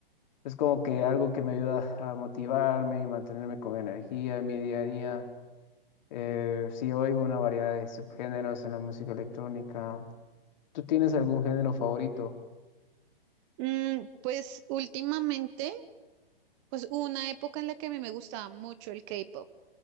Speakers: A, on the left; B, on the right.
A: Es como que algo que me ayuda a motivarme y mantenerme con energía en mi día a día. Eh, sí oigo una variedad de subgéneros en la música electrónica. ¿Tú tienes algún género favorito?
B: Mm, pues últimamente. Pues hubo una época en la que a mí me gustaba mucho el K-pop,